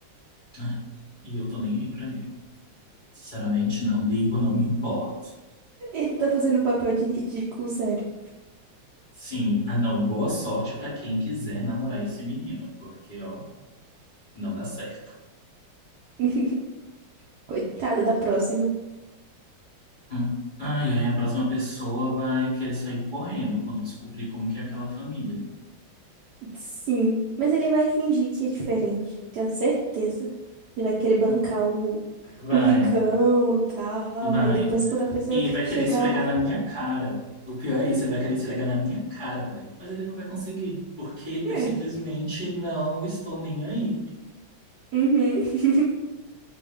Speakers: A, on the left (about 40°); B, on the right (about 75°).
A: Ah, E eu tô nem aí pra ele. Sinceramente, não ligo, não me importo.
B: Ele tá fazendo papel de ridículo, sério.
A: Sim, ah não, boa sorte pra quem quiser namorar esse menino, porque ó, não dá certo.
B: <laughs> Coitado da próxima.
A: Hum. Ai, ai, a próxima pessoa vai querer sair correndo quando descobrir como que é aquela família.
B: Sim, mas ele vai fingir que é diferente, tenho certeza. Ele vai querer bancar
A: Hum.
B: o,
A: Vai,
B: o ricão e tal,
A: vai.
B: aí depois quando a pessoa
A: E
B: <laughs>
A: vai
B: chegar
A: querer esfregar
B: lá,
A: na minha cara. O pior é isso, ele vai querer esfregar na minha cara, velho. Mas ele não vai conseguir, porque
B: ai,
A: eu simplesmente não estou nem aí.
B: uhum. <laughs>